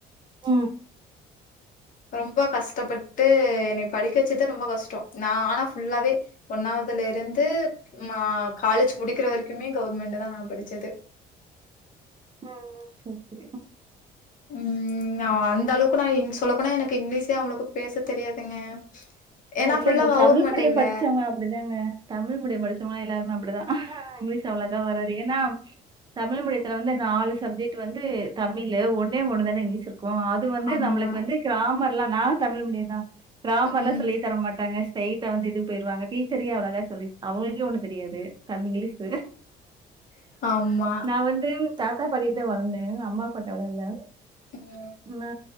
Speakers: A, on the right; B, on the left.
A: ம்.
B: ரொம்ப கஷ்டப்பட்டு என்னைய படிக்க வச்சதே ரொம்ப கஷ்ட நா ஆனா ஃபுல்லாவே ஒன்னாவது துல இருந்து மா காலேஜ் முடிக்கிற வரைக்குமே கவர்மெண்ட்டு தா நா படிச்சது
A: ஆஹ் சரி சரி
B: உம் அ அந்த அளவுக்கு நா ங்க சொல்லப் போனா எனக்கு இங்கிலீஷே அவ்ளோக்கு பேச தெரியாதுங்க ஏன்னா
A: அ இல்லைங்க
B: ஃபுல்லா கவுர்மெண்ட்
A: தமிழ் மீடியம்
B: இல்ல
A: படிச்சவங்க அப்பிடிதாங்க தமிழ் மீடியம் படிச்சவங்க எல்லாரு அப்பிடிதா ஹ இங்கிலீஷ் அவ்ளக்கா வராது ஏன்னா தமிழ் மீடியத்துல வந்து நாலு சப்ஜெக்ட் வந்து தமிழு ஒன்னே ஒண்ணு தானே இங்கிலீஷ் இருக்கு க்கு அது வந்து
B: ஆமா
A: நம்மளுக்கு வந்து கிராமர் ல்ல நானுந் தமிழ் மீடியந்தா க்ராமர்ல்லா
B: ம்
A: ண்ண மாட்டாங்க ஸ்ட்ரெய்ட்டா வந்து இதுக் போயிருவாங்க டீச்சரே அவ்ளோ அழகா சொல்லி அவுங்களுக்கே ஒன்னுந் தெரியாது தம்ங்கிலீஷ்சு
B: ஆமா
A: நா வந்து தாத்தா பாட்டிட்ட வளர்ந்தே அம்மா அப்பாட்ட வளர்ல
B: ம்
A: நா